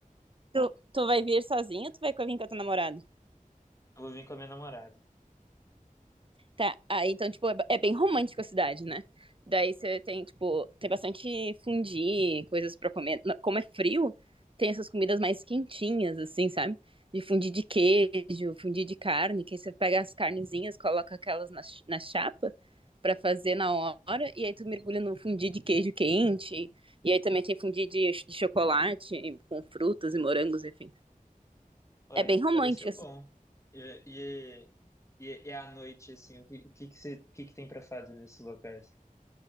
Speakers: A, on the right (about 40°); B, on the left (about 20°).
A: tu, tu vai vir sozinho ou tu vai vir com a tua namorada?
B: Eu vou vir com a minha namorada.
A: Tá, ah, então, tipo, é, ba- é bem romântico a cidade, né? Daí você tem, tipo, tem bastante fundi, coisas pra comer. Não, Como é frio, tem essas comidas mais quentinhas, assim, sabe? De fundi de queijo, fundi de carne, que aí você pega as carnezinhas, coloca aquelas na, ch- na chapa pra fazer na hora, e aí tu mergulha no fundi de queijo quente, e aí também tem fundi de, de chocolate com frutas e morangos, enfim.
B: Uai,
A: É bem romântico,
B: pareceu bom. E, e, e, e à noite, assim, o que, o que, que, você, o que, que tem pra fazer nesses locais?